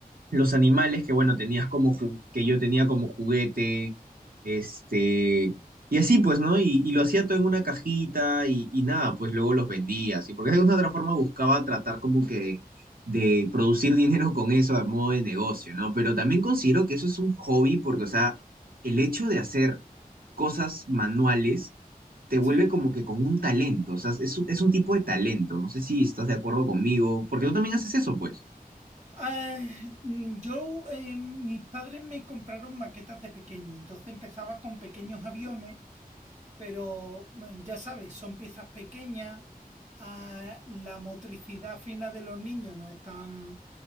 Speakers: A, on the right; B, on the right.
A: los animales que, bueno, tenías como ju- que yo tenía como juguete, este, y así pues, ¿no? Y, y lo hacía todo en una cajita y, y nada, pues luego los vendía, así, porque de alguna otra forma buscaba tratar como que de producir dinero con eso a modo de negocio, ¿no? Pero también considero que eso es un hobby porque, o sea, el hecho de hacer cosas manuales te vuelve
B: sí.
A: como que con un talento, o sea, es un, es un tipo de talento, no sé si estás de acuerdo conmigo, porque tú también haces eso, pues.
B: Ah, mm, yo, eh, mis padres me compraron maquetas de pequeño, entonces empezaba con pequeños aviones Pero mm, ya sabes, son piezas pequeñas, ah, la motricidad fina de los niños no es tan,